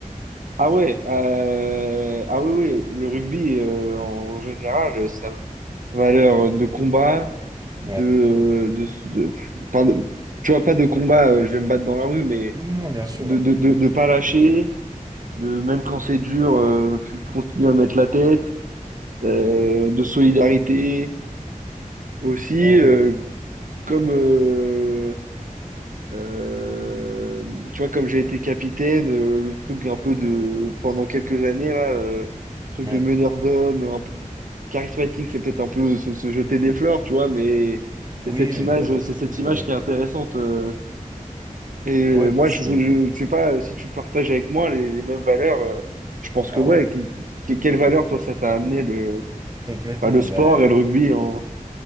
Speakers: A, on the right; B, on the right.
A: Ah ouais, euh, ah oui, oui, le rugby euh, en général, sa valeur de combat, de,
B: Ouais.
A: de, de- enfin, de- tu vois, pas de combat, euh, je vais me battre dans la rue, mais
B: Oui, non, bien sûr,
A: de,
B: ouais.
A: de, de, de pas lâcher, de même quand c'est dur, euh, tu continues à mettre la tête, euh, de solidarité aussi.
B: Euh,
A: euh, comme euh, euh, tu vois comme j'ai été capitaine euh, le truc un
B: mm,
A: peu de pendant quelques années là euh, truc
B: ouais.
A: de meneur d'homme un peu charismatique c'est peut-être un peu se, se jeter des fleurs tu vois mais
B: Oui,
A: c'est cette
B: mais
A: image
B: tu vois, il y a
A: c'est
B: ce
A: cette
B: truc,
A: image
B: euh,
A: qui est intéressante euh. et euh,
B: ouais,
A: moi
B: il y a ces-
A: je, je, je sais pas si tu partages avec moi les, les mêmes valeurs euh, je pense que
B: Ah,
A: ouais qui, qui- quelle valeur toi ça t'a amené le
B: complètement.
A: bah, le sport
B: Bah,
A: et le rugby en